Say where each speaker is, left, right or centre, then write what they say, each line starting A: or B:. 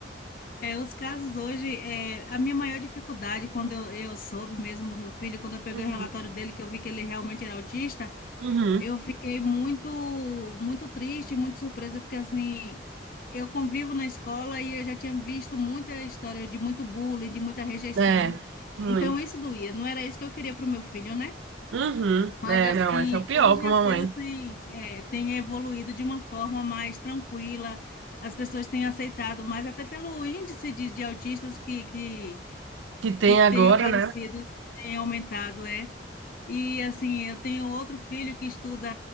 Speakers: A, on the left; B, on the right.
A: é, os casos hoje, é, a minha maior dificuldade, quando eu, eu soube mesmo do meu filho, quando eu peguei
B: Uhum.
A: o relatório dele, que eu vi que ele realmente era autista,
B: Uhum.
A: eu fiquei muito, muito triste, muito surpresa, porque assim. Eu convivo na escola e eu já tinha visto muita história de muito bullying, de muita rejeição.
B: É, muito.
A: Então isso doía, não era isso que eu queria para o meu filho, né?
B: Uhum.
A: Mas
B: É,
A: assim,
B: não, esse é o pior
A: hoje
B: pra
A: as
B: mamãe.
A: coisas têm, é, têm evoluído de uma forma mais tranquila, as pessoas têm aceitado, mas até pelo índice de, de autistas que, que,
B: Que tem
A: que tem
B: agora,
A: aparecido,
B: né?
A: tem aumentado, é. E assim, eu tenho outro filho que estuda